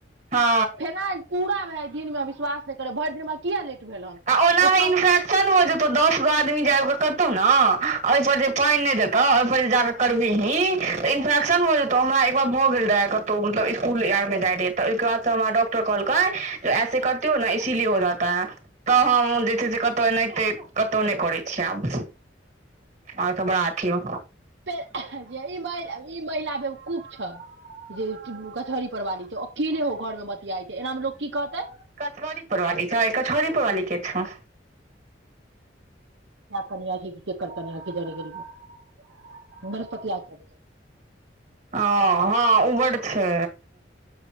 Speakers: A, on the right (about 40°); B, on the right (about 70°).
A: हँ
B: फेनाइल पूरा भय दिनमे विश्वास नहि करब भरि दिन हमरा किया लेट भेल हन
A: आ ओना
B: ओतऽ
A: मे इन्फेक्शन हो जेतौ दस गो आदमी जे आबि कऽ कत मुततौ‌ ने ओहि पर जे पानि नहि देतौ ओहि पर जे जाके करबिही तऽ इन्फेक्शन हो जेतौ हमरा एकार भऽ गेल रह कतौ मतलब स्कूल मे रह तऽ ओहिक बाद हमरा डॉक्टर कहलकै ऐसे <unintelligible> हो न इसीलिए हो जाता है तऽ हम जे छै से कतहु एनाहिते कतहु नहि करै छियै आब आओर सब बड़ा अथी हौ
B: जे ई ई महिला बेवकूफ छ जे कछहरी परवाली छै की नहि हो घर मे बतियाइ छै एना मे लोक क कहतै
A: कछहरी परवाली छै कछहरी परवाली के छै
B: कनियाँ कि जाने गेलियै <unintelligible> बेल पतिया <unintelligible>
A: ह हँ ऊबड़ छै